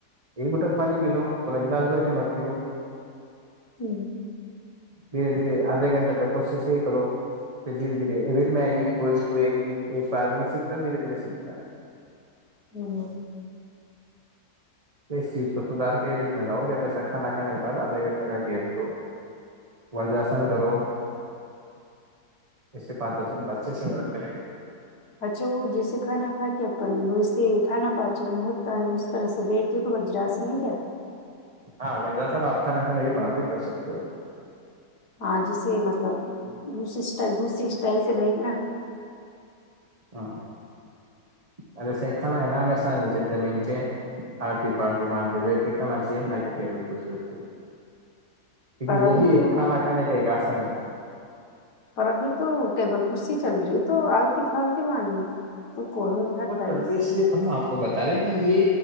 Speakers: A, on the right (about 25°); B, on the left (about 80°).
A: ایک بٹک پانی پی لو پورا گلاس بھر کے مت پیو
B: ہمم
A: دھیرے دھیرے آدھے گھنٹہ تک کوشش یہی کروھر دھیرے دھیرے ای بھیٹ میں آئے گی کہ کوئی بھی کوئی ایک ایک بار میں نہیں سیکھتا دھیرے دھیرے سیکھتا ہے
B: ہوں
A: اس چیز کو سدھار کےبٹ میں لاؤ گیا وسے سا بعدھے گھنٹہ کا گیف تو ورجاسن کرو اسے پاتوں سم اچھے سے ورق کریں
B: اچھا وہ جیسے کھانا کھا کے اپن ویسے کھانا پاچن ہوتا ہے اس طرح سے بیٹھتے ہو تو وجراس نہیں کیا
A: ہاں جا ساب آپ کا نان لی بات بھی کر سکتے اا
B: ہاں جیسے مطلب رٹ رسری اسٹائل سے بیٹھنا
A: ہ ارے سا کھانا ہے نا ہم سانی چ زمین پہ آرتی پارتی مان کے بیٹھ کے کھان چ ن کہ ٹی بول کش ہو
B: پر
A: کی وہوب
B: ابھی
A: ایک
B: تو
A: کھانا کانے کا ایک آسا نم
B: پر ابھی تو ٹیبل کی چل رہی تو آلتی فالتی مارنی تو کون کھاتا
A: وہ چل
B: ہے
A: رہی اس لیے تو ہم آپ کو بتا رہے ہیں کہ یہ